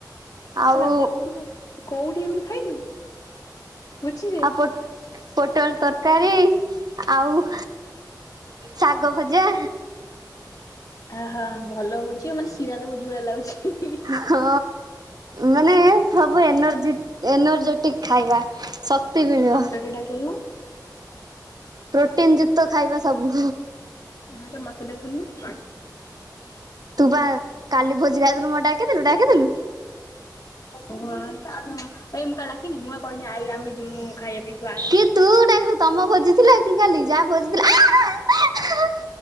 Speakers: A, on the right (about 65°); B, on the left (about 50°).
A: ଆଉ
B: ସେଟ କଉ କଉଡି ଏମିତି ଖାଇଲୁ ଭୋଜିରେ?
A: ଆଉ ପଟ ପୋଟୋଣ ତର ତରକାରୀ ଆଉ ଶାଗ ଭଜା
B: ଆହୋ ଭଲ ହଉଛି ମାନେ ଶିରା ର ଭୋଜି ଭଳିଆ ଲାଗୁଛି।
A: ହଁ ମାନେ ସବୁ ଏନର୍ଜି ଏନର୍ଜେଟିକ ଖାଇବା। ଶକ୍ତି ମିଳିବ
B: ମତେ ଟିକେ ଡାକିଲୁନୋ।
A: ପ୍ରୋଟିନ୍ ଯୁକ୍ତ ଖାଇବା ସବୁ।
B: ହଁ ଯେ ମତେ ଡ଼ାକିଲିନୋ?
A: ତୁ ପା କାଲି ଭୋଜି ଖାଇଦେଲୁ ମତେ ଡାକିଥିଲୁ ଡାିକିଥିଲୁ।
B: ଓଁ ଏଇ ମୁଁ କାଲି ଡାକିନି ମୁଁ କହିନି ଆଇ ଆମେ ଜିମୁ ଖାଇବା ପାଇଁ। ତୁ ଆସେ।
A: କି ତୁ ଡାକିଲୁ ତମ ଭୋଜିଥିଲା କି କାଲି ଯାହା ଭୋଜିଥିଲା